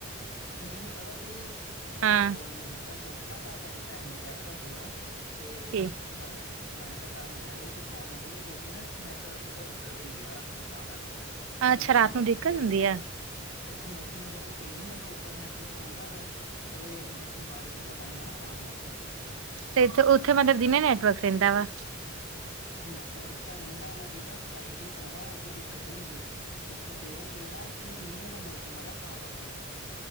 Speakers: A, on the left; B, on the right.
A: ਨਈ- ਨਈ ਪਤਾ ਕੀ ਸੂਕਰ
B: ਹਾਂ
A: ਐ ਕੋਲ ਨੀ ਕੀ ਤਕ ਹੋਕੇ ਨਾ ਮੈਂ ਤਾਡੀ ਭੈਣ ਨੂੰ ਕੈ ਤਾ ਸੀਗਾ ਕੇ
B: ਠੀਕ
A: ਅਪਣਾ-ਅਪਣਾ ਕੈੰਦੇ ਤਾਨੂੰ ਕੈ ਦੇਵੇ ਕਿ ਕੋਲ ਨਾ ਕਰੇ ਕਿਉਂਕਿ ਨਾ ਇੱਥੇ ਨੈਟਵਰਕ ਦੀ ਬੌਤ ਦਿੱਕਤ ਹੈਗੀ ਆ ਰਾਤ ਨੂੰ ਤਾਂ ਕਰਕੇ ਇੱਥੇ
B: ਅੱਛਾ
A: ਮੌਸਮ
B: ਰਾਤ
A: ਵਗੈਰਾ
B: ਨੂੰ ਦਿੱਕਤ
A: ਸਹੀ
B: ਹੁੰਦੀ
A: ਨੀ ਨਾ
B: ਆ।
A: ਹੈਗਾ ਇੱਥੇ ਮੌਸਮ ਵਗੈਰਾ ਸਹੀ ਨੀ ਹੈਗਾ ਓਧਰ ਨੈਟਵਰਕ ਆਂਦਾ ਵਾ ਅਜੇ ਬਾਕੀ ਬਾਰਿਸ਼ ਦਾ ਟੈਮ ਆ ਨਾ ਤਾਂ ਕਰਕੇ
B: ਤੇ ਇਥੇ ਓਥੇ ਮਤਲਬ ਦਿਨੇ ਨੈਟਵਰਕ ਰੈੰਦਾ ਵਾ।
A: ਨੈਟਵਰਕ ਤਾਂ ਰੈਂਦਾ ਵਾ ਠੀਕ ਆ ਫਾਈਵ ਜੀ ਫੋਨ ਆ ਓ ਕੋਈ ਦਿੱਕਤ ਨੀ ਹੈਗੀ। ਕਕ ਹੈ ਕੇ ਨਾ ਇੱਥੇ ਮੀਂਹ ਵਾਲਾ ਮੌਸਮ ਆ ਨਾ ਤਾਂ ਕਰਕੇ